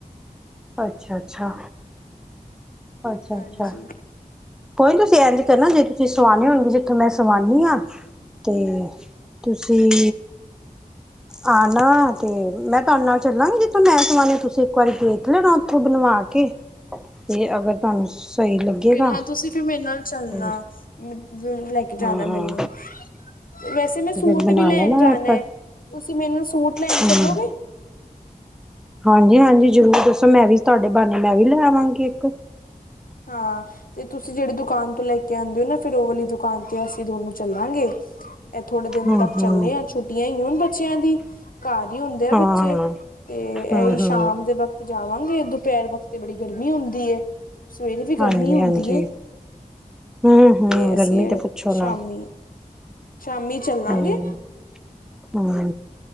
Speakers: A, in the centre; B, on the left (about 70°).
A: ਅੱਛਾ ਅੱਛਾ। ਅੱਛਾ
B: ਹਾਂਜੀ
A: ਅੱਛਾ। ਕੋਈ ਨੀ ਤੁਸੀਂ ਇੰਜ ਕਰੋ ਜੇ ਤੁਸੀਂ ਸਵਾਣੇ ਹੋਣਗੇ ਜਿੱਥੋਂ ਮੈਂ ਸਵਾਣੀ ਆ ਤੇ ਤੁਸੀਂ ਆ ਨਾ ਤੇ ਮੈਂ ਤੁਹਾਡੇ ਨਾਲ ਚੱਲਾਂਗੀ ਜਿੱਥੋਂ ਮੈਂ ਸੁਆਨੀ ਤੁਸੀਂ ਇੱਕ ਵਾਰੀ ਗੇ ਹੈਨਾ ਬੀ ਉੱਥੋਂ ਬਣਵਾ ਕੇ ਤੇ ਅਗਰ ਤੁਹਾਨੂੰ ਸਹੀ ਲੱਗੇਗਾ
B: ਫਿਰ ਹਾਂ ਤੁਸੀਂ ਤੁਸੀ ਮੇਰੇ ਨਾਲ ਚੱਲਣਾ
A: ਤੇ
B: ਮ ਫੇਰ ਲੈ ਕੇ ਜਾਣਾ
A: ਹਾਂ ਹਾਂ
B: ਮੈਨੂੰ। ਵੈਸੇ
A: ਤੇ
B: ਮੈਂ
A: ਫਿਰ
B: ਸੂਟ
A: ਬਣਾ
B: ਵੀ ਲੈਣ
A: ਲੈਣਾ
B: ਜਾਣਾ
A: ਆਪਾਂ
B: ਐ, ਤੁਸੀਂ ਮੈਨੂੰ ਸੂਟ ਲੈਣ
A: ਹੂੰ
B: ਚੱਲੋਗੇ?
A: ਹਾਂਜੀ ਹਾਂਜੀ ਜ਼ਰੂਰ ਦੱਸੋ ਮੈਂ ਵੀ ਤੁਹਾਡੇ ਬਾਨੇ ਮੈਂ ਵੀ ਲੈ ਆਵਾਂਗੀ ਇੱਕ।
B: ਹਾਂ। ਤੇ ਤੁਸੀਂ ਜਿਹੜੀ ਦੁਕਾਨ ਤੋਂ ਲੈ ਕੇ ਆਂਦੇ ਓ ਨਾ ਫਿਰ ਉਹ ਵਾਲੀ ਦੁਕਾਨ ਤੇ ਅਸੀਂ ਦੋਨੋ ਚੱਲਾਂਗੇ। ਇਹ ਥੋੜੇ ਦਿਨ
A: ਹੂੰ
B: ਤੱਕ
A: ਹੂੰ
B: ਚੱਲੇ ਆ ਛੁੱਟੀਆਂ ਈਐ ਹੁਣ ਬੱਚਿਆਂ ਦੀ। ਘਰ ਹੀ ਹੁੰਦੇ ਏ
A: ਹਾਂ
B: ਬੱਚੇ
A: ਹਾਂ,
B: ਤੇ ਇਹੀ
A: ਹੂੰ ਹੂੰ
B: ਸ਼ਾਮ ਦੇ ਵਕਤ ਤੇ ਜਾਵਾਂਗੇ ਦੁਪਹਿਰ ਵਕਤ ਬੜੀ ਗਰਮੀ ਹੁੰਦੀ ਐ। ਸਵੇਰੇ ਵੀ
A: ਹਾਂਜੀ
B: ਗਰਮੀ ਹੁੰਦੀ
A: ਹਾਂਜੀ
B: ਏ
A: ਹੂੰ ਹੂੰ
B: ਤੇ ਅਸੀਂ
A: ਗਰਮੀ
B: ਆਏ
A: ਤੇ ਪੁੱਛੋ
B: ਸ਼ਾਮੀ
A: ਨਾ
B: ਸ਼ਾਮੀ ਚੱਲਾਂਗੇ।
A: ਹੂੰ ਹੂੰ